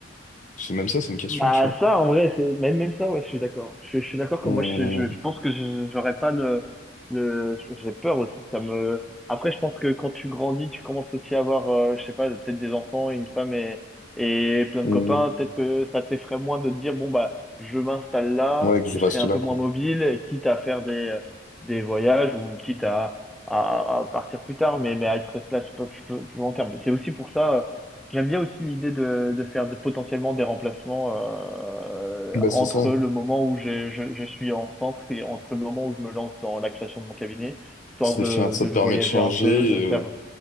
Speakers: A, on the left (about 40°); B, in the centre.
A: C'est même ça, c'est une question,
B: Bah,
A: tu vois.
B: ça, en vrai, c'est même, même ça, ouais, je suis d'accord. Je, je suis d'accord
A: Mm.
B: que moi, je, je, je pense que je- j'aurais pas le, le, j'ai peur aussi que ça me. Après, je pense que quand tu grandis, tu commences aussi à avoir, euh, je sais pas, peut-être des enfants, une femme et, et plein
A: Mm.
B: de copains. Peut-être que ça t'effraie moins de te dire, bon, bah, je m'installe là,
A: Ouais, que je
B: je
A: reste
B: serai un
A: là,
B: peu
A: quoi.
B: moins mobile, quitte à faire des, des voyages ou quitte à, à, à partir plus tard, mais, mais à être resté là plus, plus, plus longtemps. Mais C'est aussi pour ça. J'aime bien aussi l'idée de, de faire des- potentiellement des remplacements euh,
A: Bah
B: entre
A: c'est ça,
B: le moment où je, je, je suis en centre et entre le moment où je me lance dans la création de mon cabinet, histoire
A: c'est
B: de,
A: ça, ça
B: de
A: te
B: voyager
A: permet de changer.
B: un peu, de
A: et,
B: faire
A: euh,